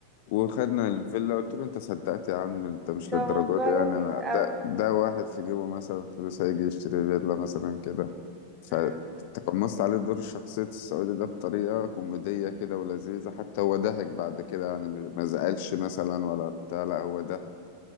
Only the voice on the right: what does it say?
ده
موضوع
لذيذ
قوي
امم